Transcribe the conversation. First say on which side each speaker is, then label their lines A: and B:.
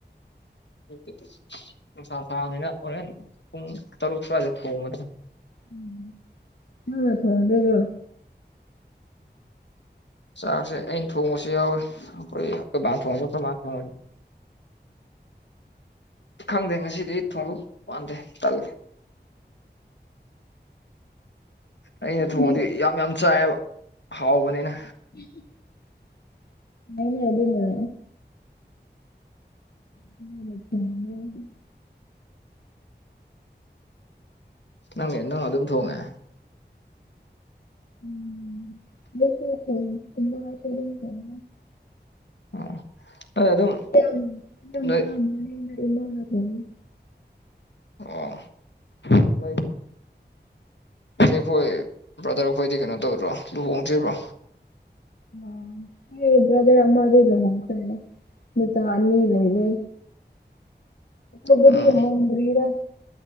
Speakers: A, on the left; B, on the left.
A: ꯂꯩꯇꯦꯗ꯫ ꯅꯨꯡꯁꯥ ꯁꯥꯥꯕꯅꯤꯅ ꯍꯣꯔꯦꯟ ꯄꯨꯡ ꯇꯔꯨꯛ ꯁ꯭ꯋꯥꯏꯗ ꯊꯣꯡꯉꯥꯗꯨꯝ
B: ꯎꯝ꯫ ꯅꯪꯅ ꯊꯣꯡꯗꯨꯏꯔꫭ
A: ꯆꯥꯛꯁꯦ ꯑꯩꯅ ꯊꯣꯡꯕꯁꯨ ꯌꯥꯎꯏ ꯑꯩꯈꯣꯏ ꯀꯣꯏꯕꯥꯅ ꯊꯣꯡꯉꯁꯨ ꯑꯩꯈꫭꯏ ꯃꯥꯅ ꯊꯣꯡ ꯈꯪꯗꯦ ꯉꯁꯤꯗꯤ ꯑꯩ ꯊꯣꯡꯗꯧ ꯃꯥꯟꯗꯦ ꯇꯜꯂꯤ꯫ ꯑꯩꯅ
B: ꯅꯪꯗꯤ
A: ꯊꯣꯡꯉꯗꯤ ꯌꯥꯝ ꯌꯥꯝ ꯆꯥꯏꯌꯦꯕ ꯍꯥꯎꯕꯅꯤꯅ
B: <unintelligible> ꯑꯗꯨꯅ <unintelligible>
A: ꯅꯪꯅꯦ ꯅꯪꯅ ꯑꯗꯨꯝ ꯊꯣꯡꯉꯦ꯫
B: <unintelligible>
A: ꯑꫭ ꯑꯩ ꯑꯗꯨꯝ
B: ꯌꯥꯝ ꯌꯥꯝ
A: ꯅꯣꯏ
B: <unintelligible> ꯏꯃꯥꯅ ꯊꫭꯡꯕꯅꯦ꯫
A: ꯑꯣ <unintelligible> ꯆꯤꯆꯦ ꯈꯣꯏ ꯕ꯭ꯔꯗꯔꯈꯣꯏꯗꯤ ꯀꯩꯅꯣ ꯇꯧꯗ꯭ꯔꯣ ꯂꯨꯍꯣꯡꯗ꯭ꯔꯤꯕ꯭ꯔꯣ꯫
B: ꯑꯃ ꯑꯩ ꯕ꯭ꯔꯗꯔ ꯑꯃꯗꯤ ꯂꯨꯍꫭꯡ ꯈꯔꯦ ꯃꯆꯥ ꯑꯅꯤ ꯂꯩꯔꯦ꯫ ꯑꯆꯧꯕꯗꯤ
A: ꯎꯝ
B: ꯍꫭꯡꯗ꯭ꯔꯤꯗ